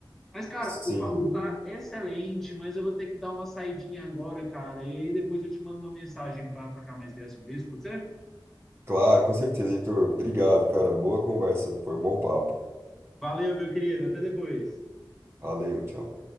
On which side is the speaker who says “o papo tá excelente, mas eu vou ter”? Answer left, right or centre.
Centre